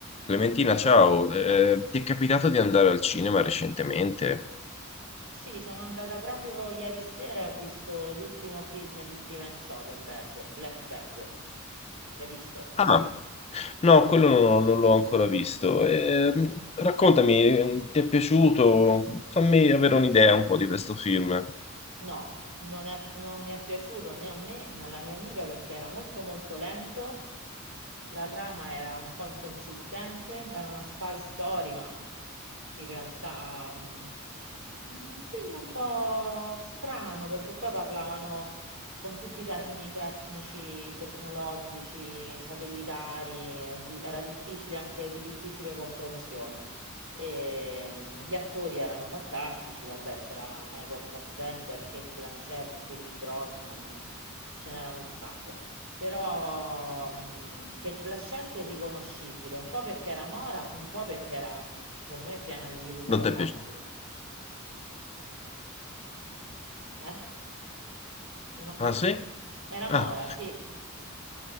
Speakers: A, on the left (about 30°); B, on the right (about 75°).
A: Clementina, ciao. Eh, ti è capitato di andare al cinema recentemente?
B: Sì, sono andata proprio ieri sera e ho visto l'ultimo film di Steven Soderbergh, Black Bag. L'hai visto?
A: Ah, no, quello non, ho- non l'ho ancora visto. Eh, raccontami, eh, ti è piaciuto? Fammi avere un'idea un po' di questo film.
B: No, <laughs> non è- non mi è piaciuto né a me né alla mia amica perché era molto molto lento, la trama era un po' inconsistente, era una spy story, ma in realtà mh, Un film un po' strano perché poi parlavano con tutti i termini tecnici, tecnologici, satellitari, eh, di- era difficile anche di difficile comprensione. E, mh, gli attori erano fantastici, vabbè, c'era Michael Fassbender, Kate Blanchett, Pierce Brosnan, ce n'erano un sacco. Però mh, Kate Blanchett è riconoscibile, un po' perché era mora, un po' perché era, secondo me, piena di chirurgia
A: Non ti
B: plastica.
A: è piaciuto?
B: eh? Non ho capito.
A: Ah, sì?
B: Era Mora,
A: Ah,
B: sì.